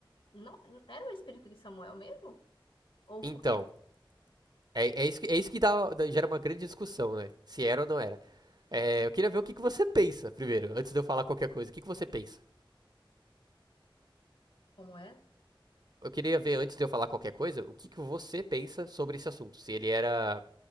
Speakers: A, on the left (about 75°); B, on the right (about 50°).
A: não era o espírito de Samuel mesmo? Ou foi
B: Então, É, é isso que, é isso que dá, dá- gera uma grande discussão, né? Se era ou não era. É, eu queria ver o que, que você pensa primeiro, antes de eu falar qualquer coisa. O que, que você pensa?
A: como é?
B: Eu queria ver, antes de eu falar qualquer coisa, o que, que você pensa sobre esse assunto. Se ele era.